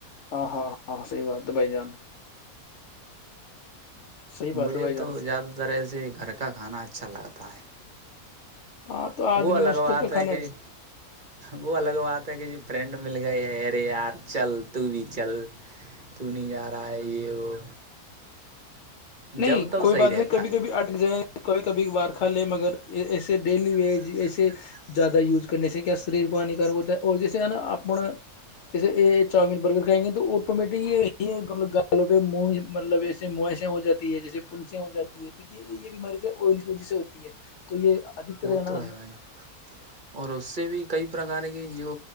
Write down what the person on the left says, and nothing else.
ہاں ہاں ہاں ہ صحی بات تو بھائی جان صحیح بات
ہے بھائی جان
ہاں تو آدمی
اس
کر کے
کھانے
اچھے
نہیں
کوئی
بات
نہیں کبھی
کبھی اٹک جائےیں کبھی کبھی
بات کھا لے
مگر
ایے
ڈیلی وے
زیادہ یوز کرنے
سے کیا
شریر
کو
ہانیکار
ہوتا ہے
اور جیسےا
اپ
جیسے چاؤمین برگر کھائیں گے تو آٹومیٹک گالوں پہ منہ مطلب ایے موس ہو جات ہے جیسے پنس ہو جاتی ہے تو یہ یہ بیماری کیا آئل کی وجہ سے ہوتی ہے تو یہ ادھکتر
نا